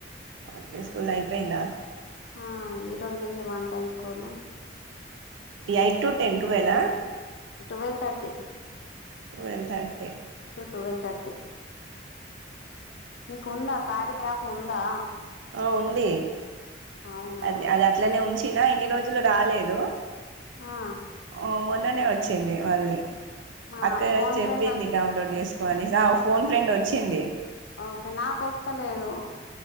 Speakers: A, on the right (about 75°); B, on the left (about 70°).
A: అప్పుడే స్కూలైపోయిందా
B: ఆ ఈ రోజు నుంచి one time school
A: eight to ten టువేలా
B: టువెల్ తర్టీ
A: వెల్ కరంటే
B: టువెల్ తర్టీ నీకుందా కార్య యాప్ ఉంన్ సా
A: ఆ ఉంది
B: అవునా
A: అది అది అట్లనే ఉంచిన ఇన్ని రోజు రోజులు రాలేదు
B: ఆ
A: అ మన్ అందనే వచ్చింది మళ్ళీ
B: మా
A: అక్క
B: ఫోన్
A: చెప్పింది
B: ఫ్రెండ్
A: డౌన్లోడ్ చేసుకో అని ఫోన్ ఫ్రెండ్ వ వచ్చింది
B: ఓకే నాకు ఒస్తలేదు